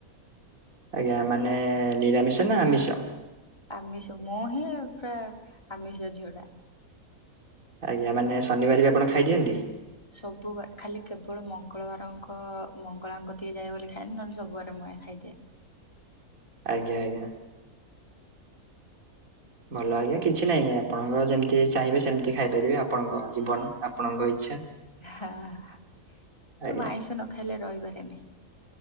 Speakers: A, on the right; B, on the left.
A: ଆଜ୍ଞା ମାନେ ନିରାମିଷ ନା ଆମିଷ?
B: ଆମିଷ, ମୁଁ ହିଁ ପୁରା ଆମିଷ ଝିଅଟା।
A: ଆଜ୍ଞା ମାନେ ଶନିବାର ବି ଆପଣ ଖାଇଦିଅନ୍ତି?
B: ସବୁ ବାର ଖାଲି କେବଳ ମଙ୍ଗଳବାରଙ୍କ ମଙ୍ଗଳାଙ୍କ ଟିକେ ଯାଏ ବୋଲି ଖାଏନି, ନହେଲେ ସବୁ ବାର ଖାଇଦିଏ।
A: ଆଜ୍ଞା-ଆଜ୍ଞା। ଭଲ ଆଜ୍ଞା କିଛି ନାହିଁ ଆପଣଙ୍କ ଯେମିତି ଚାହିଁବେ ସେମିତି ଖାଇପାରିବେ, ଆପଣଙ୍କ ଜୀବନ ଆପଣଙ୍କ ଇଚ୍ଛା।
B: ହା ଏ
A: ଆଜ୍ଞା।
B: ମୁଁ ଆଇଁଷ ନ ଖାଇଲେ ରହିିପାରେନି।